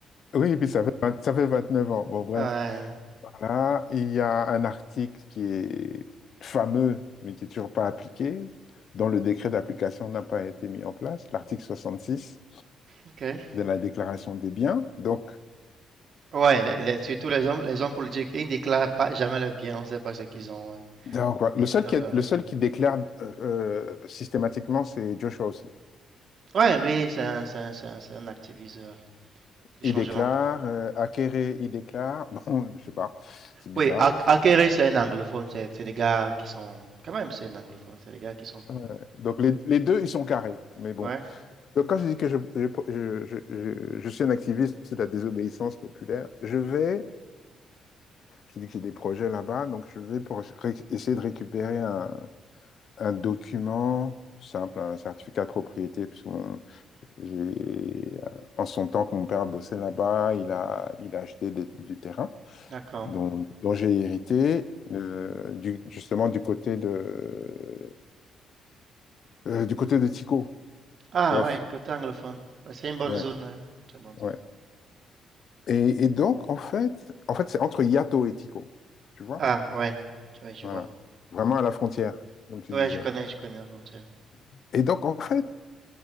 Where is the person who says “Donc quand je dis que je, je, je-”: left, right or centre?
Left